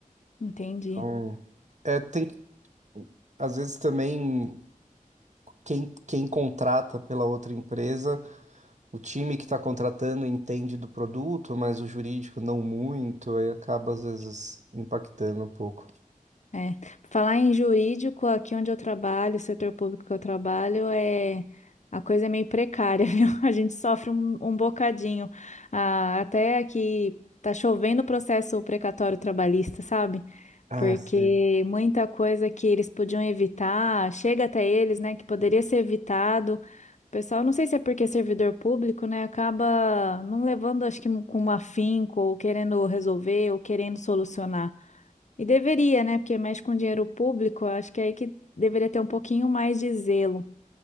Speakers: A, on the left; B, on the right.
A: Entendi.
B: Então, é, tem, que- às vezes também quem, quem contrata pela outra empresa O time que está contratando entende do produto, mas o jurídico não muito, aí acaba às vezes impactando um pouco.
A: É. Falar em jurídico, aqui onde eu trabalho, o setor público que eu trabalho, é a coisa é meio precária, <laughs> viu? A gente sofre um, um bocadinho. Ah, até que tá chovendo o processo precatório trabalhista, sabe?
B: Ah,
A: Porque
B: sim.
A: muita coisa que eles podiam evitar, chega até eles, né, que poderia ser evitado. O pessoal, não sei se é porque é servidor público, né, acaba não levando, acho que com um afinco, ou querendo resolver, ou querendo solucionar. E deveria, né? Porque mexe com dinheiro público, eu acho que é aí que deveria ter um pouquinho mais de zelo.